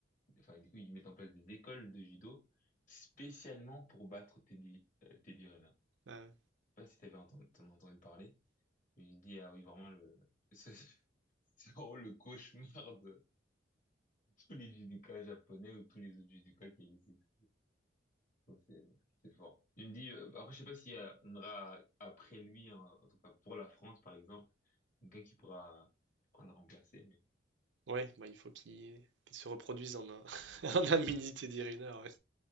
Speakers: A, on the left; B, on the right.
A: enfin du coup ils mettent en place des écoles de judo spécialement pour battre Teddy euh, Teddy Riner.
B: Ouais.
A: Je sais pas si t'avais entendu, t'en as entendu parler, mais j'ai dit ah oui vraiment le <laughs> ce- c'est vraiment le cauchemar tous les judokas japonais ou tous les autres judokas qui existent. Ça, C'est c'est fort. Il me dit, euh, bah, après, je sais pas s'il y a- on aura après lui, en, en tout cas pour la France, par exemple, quelqu'un qui pourra, qui pourra le remplacer. Mais...
B: Ouais, bah, il faut qu'ils qu'ils se reproduisent en un, <laughs> en un mini Teddy Riner. ouais.